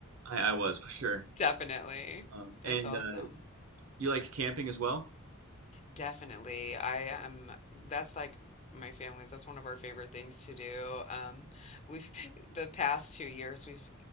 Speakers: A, on the right; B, on the left.
A: i, I was for sure
B: Definitely.
A: um,
B: That's
A: and
B: awesome.
A: uh, you like camping as well
B: Definitely. I am, that's like my family's, that's one of our favorite things to do. Um, we've, the past two years, we've,